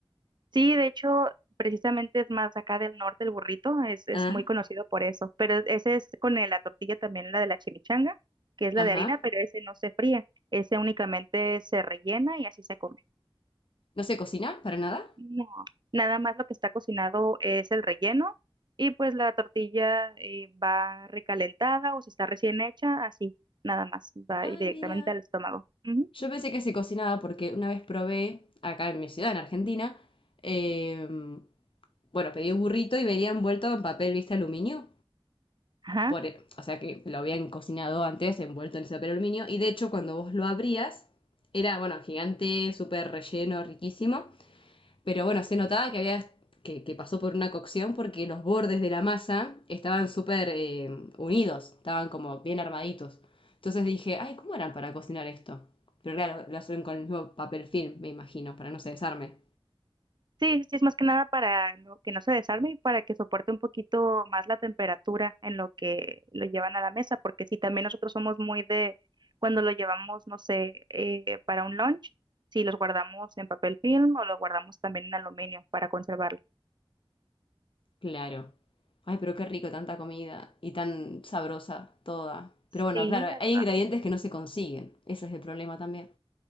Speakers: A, on the right; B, on the left.
A: Sí, de hecho, precisamente es más acá del norte el burrito, es, es
B: Ah,
A: muy conocido por eso, pero ese es con el- la tortilla también, la de la chimichanga, que es la
B: ajá.
A: de harina, pero ese no se fríe, ese únicamente se rellena y así se come.
B: ¿No se cocina para nada?
A: No, nada más lo que está cocinado es el relleno y pues la tortilla eh, va recalentada o si está recién hecha, así, nada más, va
B: Ah,
A: directamente
B: mira.
A: al estómago. Ujú,
B: Yo pensé que se cocinaba porque una vez probé, acá en mi ciudad, en Argentina, eh, Bueno, pedí un burrito y venía envuelto en papel, ¿viste? Aluminio.
A: Ajá.
B: Por, e, o sea que lo habían cocinado antes, envuelto en ese papel aluminio. Y de hecho, cuando vos lo abrías, era, bueno, gigante, súper relleno, riquísimo. Pero bueno, se notaba que había. Que, que pasó por una cocción porque los bordes de la masa estaban súper eh, unidos, estaban como bien armaditos. Entonces dije, ay, ¿cómo eran para cocinar esto? Pero claro, lo hacen con el mismo papel film, me imagino, para no se desarme.
A: Sí, sí, es más que nada para no- que no se desarme y para que soporte un poquito más la temperatura en lo que lo llevan a la mesa, porque si también nosotros somos muy de cuando lo llevamos, no sé, eh, para un lunch, si los guardamos en papel film o los guardamos también en aluminio para conservarlo.
B: Claro. Ay, pero qué rico tanta comida y tan sabrosa toda. Pero bueno,
A: Sí,
B: claro,
A: la
B: hay
A: verdad.
B: ingredientes que no se consiguen. Ese es el problema también.